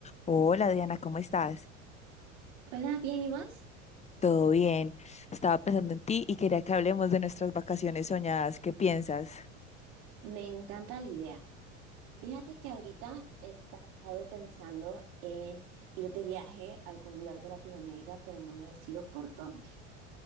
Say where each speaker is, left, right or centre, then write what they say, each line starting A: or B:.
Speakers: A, on the left (about 20°); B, on the right (about 60°).
A: Hola Diana, ¿cómo estás?
B: Hola, bien, ¿y vos?
A: ¿Todo bien? Estaba pensando en ti y quería que hablemos de nuestras vacaciones soñadas. ¿Qué piensas
B: Me encanta la idea. Fíjate que ahorita he estado pensando en ir de viaje a algún lugar de Latinoamérica, pero no me decido por dónde.